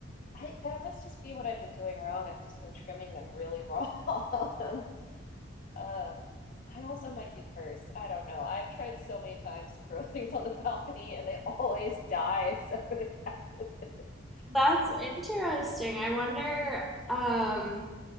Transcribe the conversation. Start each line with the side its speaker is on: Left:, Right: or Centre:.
Left: I that must just be what I've been doing wrong. I've just been trimming them really wrong. <laughs> um, I also might be cursed. I don't know. I've tried so many times to grow <laughs> things on the balcony and they always die <laughs> except for the cactuses.
Centre: That's interesting. I wonder, um,